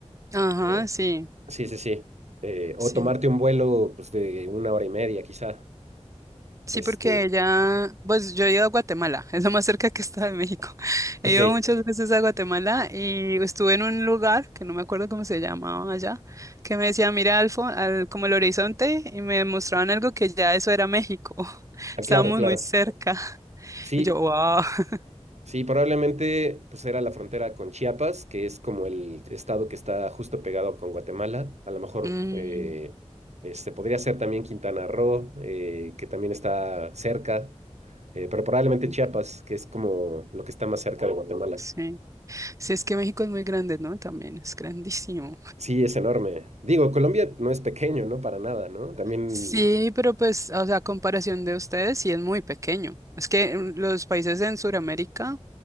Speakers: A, on the right (about 30°); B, on the right (about 75°).
A: Ajá,
B: Eh,
A: sí,
B: sí, sí, sí. Eh, o
A: sí.
B: tomarte un vuelo pues, de una hora y media quizá.
A: Sí,
B: Este,
A: porque ella, pues yo he ido a Guatemala, <laughs> es lo más cerca que está de México. <laughs> He
B: ok,
A: ido muchas veces a Guatemala y estuve en un lugar que no me acuerdo cómo se llamaba allá, que me decía, mira al, fo- al- como el horizonte y me mostraban algo que ya eso era México. <laughs>
B: ah,
A: Estábamos
B: claro, claro.
A: muy cerca.
B: Sí,
A: Y yo, wow. <laughs>
B: Sí, probablemente pues era la frontera con Chiapas, que es como el estado que está justo pegado con Guatemala. A lo mejor
A: Mm,
B: eh, este, podría ser también Quintana Roo, eh, que también está cerca, eh, pero probablemente
A: ok,
B: Chiapas, que es como lo que está más cerca de Guatemala.
A: sí. Sí, es que México es muy grande, ¿no? También es grandísimo.
B: Sí, es enorme. Digo, Colombia no es pequeño, ¿no? Para nada, ¿no? También,
A: Sí, pero pues, o sea, a comparación de ustedes, sí es muy pequeño. Es que mm, los países en Sudamérica,